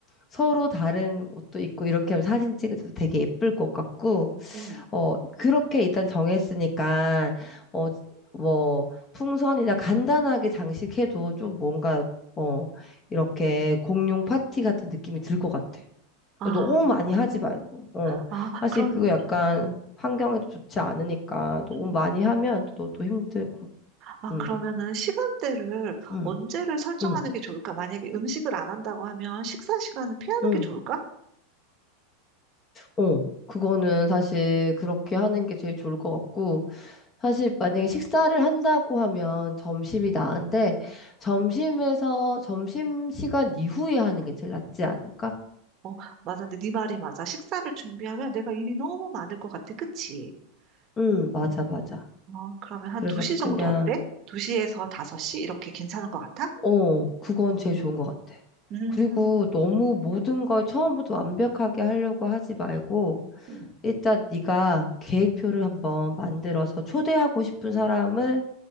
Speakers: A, on the left (about 25°); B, on the right (about 35°).
A: 서로 다른 옷도 입고 이렇게 하면 사진 찍을 때도 되게 예쁠 것 같고
B: 응,
A: 어, 그렇게 일단 정했으니까, 어, 뭐, 풍선이나 간단하게 장식해도 좀 뭔가, 어, 이렇게 공룡 파티 같은 느낌이 들 것 같아.
B: 아,
A: 너무
B: 맞아.
A: 많이 하지 말고, 어.
B: 아,
A: 사실
B: 그러면,
A: 그거 약간
B: 음
A: 환경에도 좋지 않으니까 너무
B: 음
A: 많이 하면 또, 또 힘들고,
B: 아,
A: 응,
B: 그러면은 시간대를
A: 응,
B: 언제를 설정하는
A: 응,
B: 게 좋을까? 만약에 음식을 안 한다고 하면 식사 시간은 피하는
A: 응.
B: 게 좋을까?
A: 어, 그거는 사실 그렇게 하는 게 제일 좋을 것 같고, 사실 만약에 식사를 한다고 하면 점심이 나은데 점심에서 점심 시간 이후에 하는 게 제일 낫지 않을까?
B: 어, 맞아. 근데 네 말이 맞아. 식사를 준비하면 내가 일이 너무 많을 것 같아. 그치?
A: 응, 맞아,
B: 어,
A: 맞아.
B: 어, 그러면 한
A: 그래서
B: 2시
A: 그냥
B: 정도 어때? 2시에서 5시? 이렇게 괜찮은 것 같아?
A: 어, 그건 제일 좋은 것 같아.
B: 음,
A: 그리고 너무
B: 음,
A: 모든 걸 처음부터 완벽하게 하려고 하지 말고
B: 음,
A: 일단 네가 계획표를 한번 만들어서 초대하고 싶은 사람을